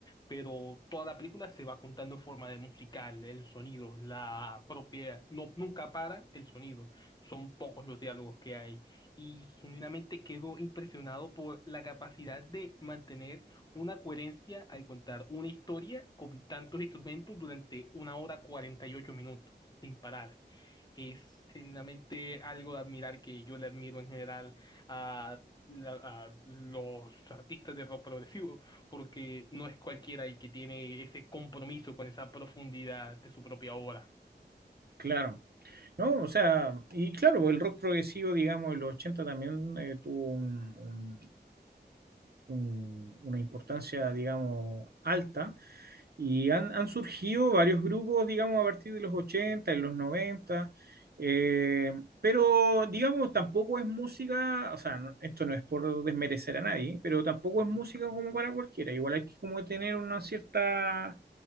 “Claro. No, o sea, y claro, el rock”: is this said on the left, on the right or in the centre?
Right